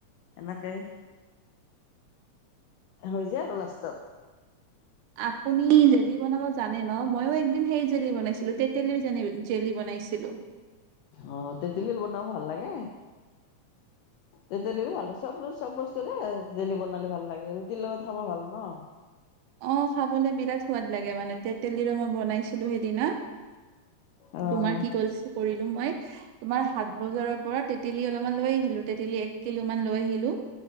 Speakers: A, on the left (about 85°); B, on the right (about 85°).
A: এনেকে হৈ যায় আৰু লাষ্টত।
B: আপুনি যেত জেলি বনাব জানে ন? ময়ো একদিন সেই জেলি বনাইছিলো। তেঁতেলীৰ জে জেলি বনাইছিলো।
A: অ তেঁতেলীৰ বনাব ভাল লাগে। তেঁতেলীৰো ভাল লাগে চব চব বচ <unintelligible> জেলি বনালে ভাল লাগে। ৰুটিৰ লগত খাব ভাল ন।
B: অ', খাবলে বিৰাট সোৱাদ লাগে মানে, তেতেলিৰে মই বনাইছিলো সেইদিনা।
A: অ'
B: তোমাৰ কি <unintelligible> কৰিলোঁ মই। তোমাৰ হাত বজাৰৰ পৰা তেতেলী অলপমান লৈ আহিলো, তেতেলী এক কিলো মান লৈ আহিলো।